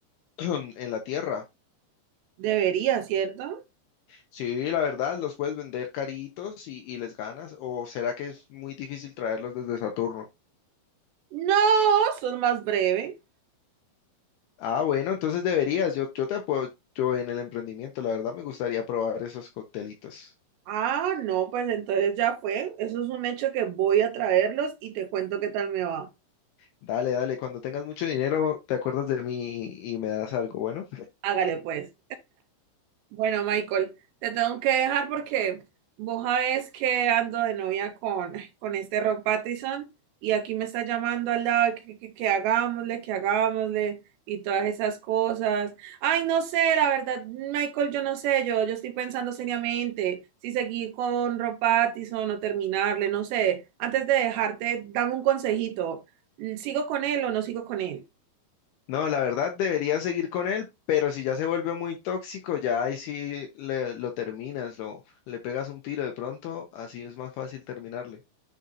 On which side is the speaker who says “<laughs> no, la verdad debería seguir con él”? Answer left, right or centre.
Left